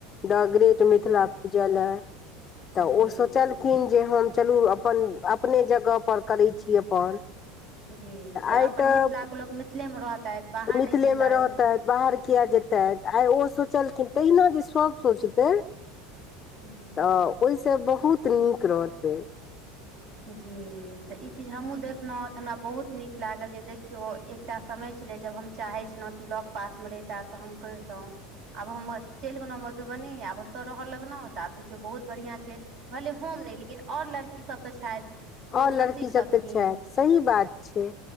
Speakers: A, on the left (about 35°); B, on the right (about 60°).
A: द ग्रेट
B: जी
A: मिथिला पूजले
B: जी
A: है ओ सब चलखिन जे हम चलू अपन अपने जगहपर करैत छी अपन
B: जी
A: तऽ
B: जे
A: आइ
B: अपन
A: तऽ
B: मिथिलाके लोक मिथिलेमे रहतै बाहर
A: मिथिलेमे
B: नहि जेतेय
A: रहतथि बाहर कियै जेतै आइ ओ सोचलखिन तहिना जे सभ सोचतै
B: जी
A: तऽ ओहिसे बहुत नीक रहतै
B: जी तऽ ई चीज हमहूँ देखलहुँ हँ तऽ हमरा बहुत नीक लागल जे देखियौ एक एकटा समय छलै जब हम चाहैत छलहुँ कि लग पासमे रहिता तऽ हम करितहुँ आब हम चलि गेलहुँ मधुबनी आब ओतय रहल लगलहु तऽ आब देखियौ बहुत बढ़िया छै भले हम नहि लेकिन और लड़कीसभ तऽ छथि जे ओसभ
A: आओर लड़की
B: सीख
A: सब
B: सकथिन
A: तऽ छथि सही बात छै